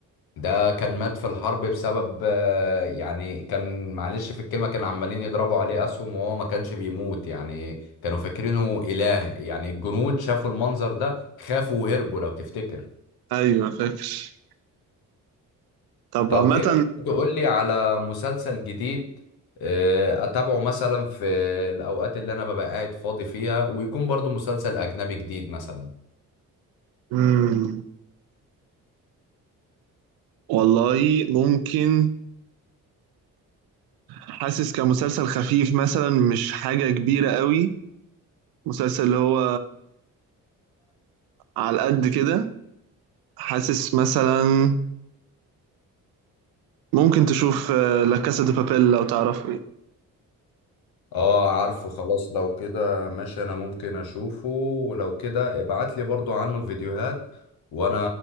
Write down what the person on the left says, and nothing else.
ده كان مات في الحرب بسبب آه، يعني كان معلش في الكلمة كانوا عمالين يضربوا عليه أسهم وهو ما كانش بيموت يعني كانوا فاكرينه إله يعني الجنود شافوا المنظر ده خافوا وهربوا لو تفتكر
طب
ايه رأيك تقول لي على مسلسل جديد آه، اتابعه مثلا في الاوقات اللي انا ببقى قاعد فاضي فيها ويكون برضو مسلسل اجنبي جديد مثلا
اه عارفه خلاص لو كده ماشي انا ممكن اشوفه ولو كده ابعت لي برضو عنه فيديوهات وانا